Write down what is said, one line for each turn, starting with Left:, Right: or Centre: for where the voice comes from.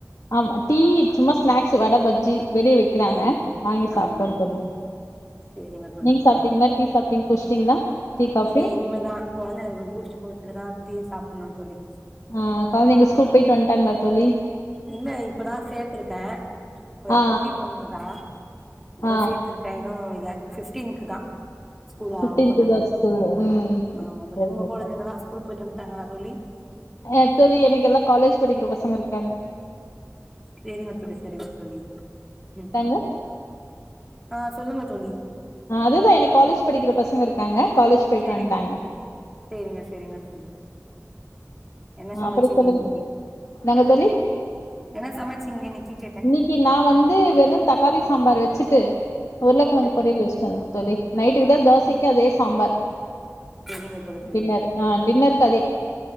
Left: ஆமா டீ சும்மா ஸ்நாக்ஸ் வட பஜ்ஜி வெளிய விக்கிறாங்க
Centre: ஆஹ்
Left: வாங்கி
Centre: ஆஹ்
Left: சாப்ட்டோ
Centre: ஆஹ்
Left: தோழி
Centre: செரிங்க தோழி
Left: நீங்க
Centre: செரிங்க
Left: சாப்ட்டீங்களா
Centre: தோழி
Left: டீ சாப்ட்டீங் குடிச்ட்டீங்களா டீ காஃபி
Centre: இல்ல இனிமேதா கொழந்தைகளுக்கு பூஸ்ட் போட்டுட்டு தா டீ சாப் பண்ணணு தோழி
Left: ஆஹ் கொழந்தைங்க ஸ்கூல் போயிட்டு வன்டாங்களா தோழி
Centre: இல்ல இப்பதா சேத்திருக்கே இப்ப
Left: ஆ
Centre: குட்டி பொண்ணுங்கதா இப்பதா
Left: ஆ ஆ
Centre: சேத்திருக்கே இன்னு இல்ல ஃபிப்டினுகு தா ஸ்கூலா
Left: ஃபிப்டீன்த்துதா
Centre: ஓபன் ஆகுது
Left: ஸ்கூல் ம் ம்
Centre: ஆமா தோழி
Left: சரிங்க
Centre: உங்க கொழந்தைகளா ஸ்கூல் போயிட்டு வந் தங்களா தோழி
Left: அ தோழி எனக்கு எல்லா காலேஜ் படிக்கிற பசங்க இருக்காங்க
Centre: சேரிங்கத் தோழி செரிங்க தோழி உம்
Left: இந்தாங்க
Centre: ஆ சொல்லுங்க தோழி
Left: அ அதுதா எனக்கு காலேஜ் படிக்கிற பசங்க இருக்காங்க காலேஜ் போயிட்டு
Centre: சேரிங்க
Left: வந்ட்டாங்க
Centre: சேரிங்க சேரிங்க தோழி என்ன
Left: அ
Centre: சமைச்சீங்க
Left: அப்றோ சொல்லுங்க
Centre: இன்னைக்கி
Left: என்னாங்க தோழி
Centre: என்ன சமைச்சீங்க இன்னைக்கி கேட்டே
Left: இன்னைக்கு நா வந்து வெறு தக்காளி சாம்பார் வச்சுட் டு உருளகெழங்கு
Centre: சேரிங்க
Left: பொரியல் வச்சிட்டே தோழி நைட் க்குதா தோசைக்கு அதே சாம்பார்
Centre: சேரிங்க தோழி சேரிங்க
Left: டின்னர் ஆ டின்னருக்கதே